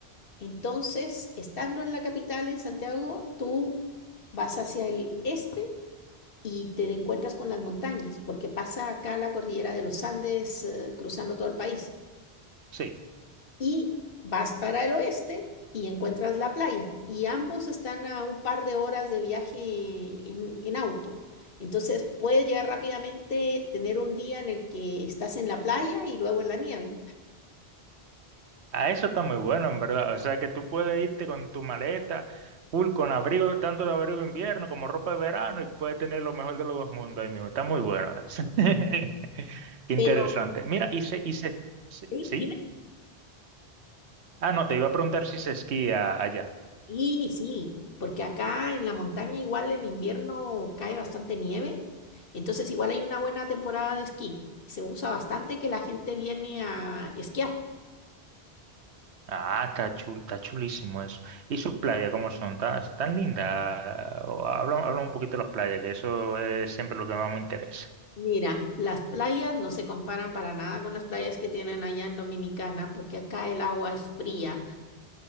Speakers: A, on the left (about 60°); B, on the right (about 85°).
A: Entonces, estando en la capital, en Santiago, tú vas hacia el este y te encuentras con las montañas, porque pasa acá la cordillera de los Andes, eh, cruzando todo el país.
B: sí.
A: Y vas para el oeste y encuentras la playa. Y ambos están a un par de horas de viaje en, en auto. Entonces, puedes llegar rápidamente, tener un día en el que estás en la playa y luego en la nieve.
B: Ah, eso está muy bueno, en verdad. O sea, que tú puedes irte con tu maleta, full, con abrigo, tanto de abrigo de invierno como ropa de verano, y puedes tener lo mejor de los dos mundos ahí mismo. Está muy bueno eso. <laughs> Qué interesante.
A: Pero,
B: Mira, y se, y se, se-
A: Sí,
B: ¿sí?
A: dime.
B: Ah, no, te iba a preguntar si se esquía allá.
A: Y sí, porque acá en la montaña igual en invierno cae bastante nieve, entonces igual hay una buena temporada de esquí. Se usa bastante que la gente viene a esquiar.
B: Ah, está chul, está chulísimo eso. ¿Y sus playas cómo son? ¿Tan, tan lindas? Habla, habla un poquito de las playas, que eso es siempre lo que más me interesa.
A: Mira, las playas no se comparan para nada con las playas que tienen allá en Dominicana, porque acá el agua es fría.